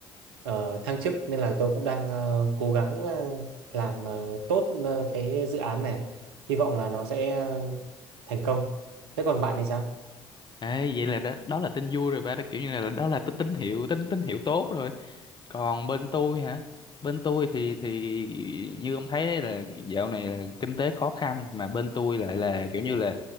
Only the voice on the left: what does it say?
Ê, vậy là đó, đó là tin vui rồi ba đó kiểu như là đó là tín tín hiệu tín tín hiệu tốt rồi còn bên tôi hả bên tôi thì thì như ông thấy đấy là dạo này là kinh tế khó khăn mà bên tôi lại là kiểu như là